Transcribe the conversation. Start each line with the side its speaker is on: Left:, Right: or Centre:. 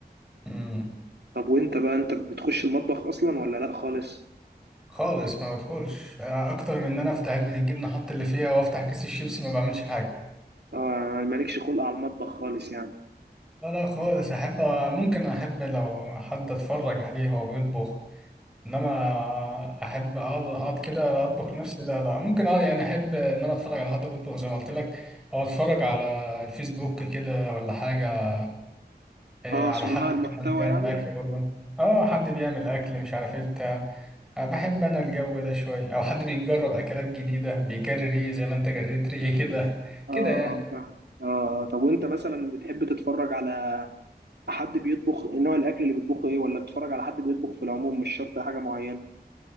Centre: امم
Right: طب وانت بقى انت بتخش المطبخ اصلا ولا لا خالص
Centre: خالص ما بدخلش اكتر من ان انا افتح علبة الجبنة احط اللي فيها وافتح كيس الشيبسي ما بعملش حاجة
Right: آه مالكش خلق على المطبخ خالص يعني
Centre: لا لا خالص احب ممكن احب لو حد اتفرج عليه وهو بيطبخ انما احب اقعد اقعد كده اطبخ نفسي لا لا ممكن اه يعني احب ان انا اتفرج على حد بيطبخ زي ما قلت لك او اتفرج على الفيسبوك كده ولا حاجة إيه،
Right: اه
Centre: على
Right: صناع
Centre: حد مثلاً
Right: المحتوى
Centre: بيعمل
Right: يعني
Centre: أكل برضه اه حد بيعمل أكل مش عارف ايه بتاع آه، بحب أنا الجو ده شوية أو حد بيجرب أكلات جديدة بيجري ريقي زي ما أنت جريت ريقي كده
Right: اه
Centre: كده يعني
Right: فاهم. اه طب وانت مثلا بتحب تتفرج على حد بيطبخ نوع الاكل اللي بيطبخه ايه ولا بتتفرج على حد بيطبخ في العموم مش شرط حاجه معينه